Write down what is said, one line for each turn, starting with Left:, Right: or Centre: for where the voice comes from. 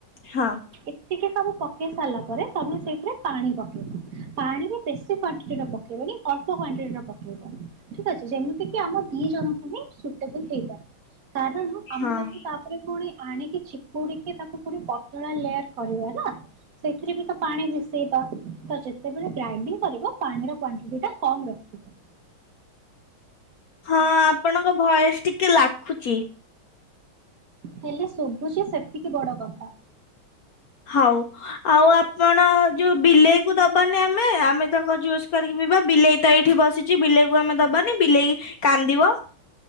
Left: ହଁ।
Right: ଏତିକି ସବୁ ବୁ ପକେଇ ସାଲା ପରେ ତୋମେ ସେଇଥିରେ ପାଣି ପକେଇବ। ପାଣି ବି ବେଶୀ କ୍ୱାଣ୍ଟିଟିର ପକେଇବନି। ଅଳ୍ପ କ୍ୱାଣ୍ଟିଟିର ପକେଇବା ଠିକ ଅଛି ଯେମିତିକି ଆମ ଦି ଜଣଙ୍କୁ ହିଁ ସୁଇଟେବୁଲ୍ ହେଇପାରିବ। କାରଣ ଆମେ
Left: ହଁ
Right: ତାକୁ ତା ତାପରେ ପୁଣି ଆଣିକି ଚିପୁଡିକି ତାକୁ ପୁଣି ପତଳା ଲେୟାର କରିବା ନା। ସେଥିରେ ବି ତ ପାଣି ମିଶେଇବା ତ ଯେତେବେଳେ ଗ୍ରାଇଣ୍ଡିଙ୍ଗ କରିବ ପାଣିର କ୍ୱାଣ୍ଟିଟିଟା କମ ରଖିଥିବ।
Left: ହଁ ଆପଣଙ୍କ ଭଏସ ଟିକେ ଲାଖୁଛି।
Right: ହେଲେ ଶୁଭୁଛି ସେତିକି ବଡ କଥା।
Left: ହଉ। ଆଉ ଆପଣ ଯୋଉ ବିଲେଇକୁ ଦବାନି ଆମେ ଆମେ ତକ ଜୁସ୍ କରିକି ପିଇବା ବିଲେଇ ତ ଏଇଠି ବସି ଚି ବିଲେଇକୁ ଆମେ ଦବାନି ବିଲେଇ କାନ୍ଦିବ।